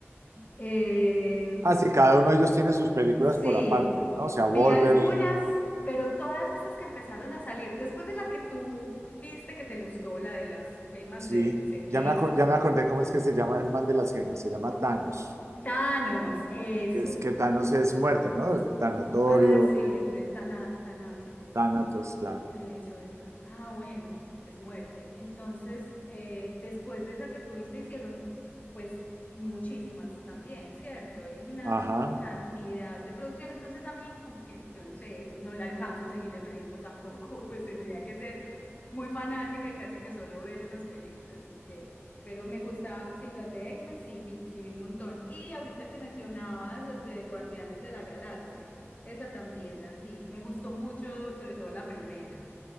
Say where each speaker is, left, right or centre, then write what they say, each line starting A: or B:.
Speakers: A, on the left; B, on the right.
A: Eh,
B: Así cada uno de ellos tiene sus películas
A: sí,
B: por aparte, ¿no? O sea,
A: vi
B: Wolverine,
A: algunas, pero todas estas que empezaron a salir, después de la que tú viste que te gustó, la de las gemas
B: sí.
A: de no sé qué,
B: Ya me, acor- ya me acordé cómo es que se llama el man de las gemas, se llama
A: como,
B: Thanos,
A: Thanos, eso.
B: que es que Thanos es muerte, ¿no? Es Tanatorio,
A: Ah, sí,
B: eh,
A: es de Tana- Tanático.
B: Thanatos, claro.
A: Eso es. Ah, ah, bueno, es muerte. Entonces, eh, después de esa que tuviste, hicieron pues muchísimas también, ¿cierto? Hay una
B: Ajá.
A: cantidad de producción. Entonces, a mí, como que yo no sé, no le alcanzo a seguir el ritmo tampoco, <laughs> pues tendría que ser muy fanática y casi que solo ver esas películas, porque, pero me gustaba, sí, las de X-Men sí, vi- sí vi un montón. Y ahorita que mencionabas los de Guardianes de la Galaxia. Esa también la vi. Me gustó mucho, sobre todo la primera.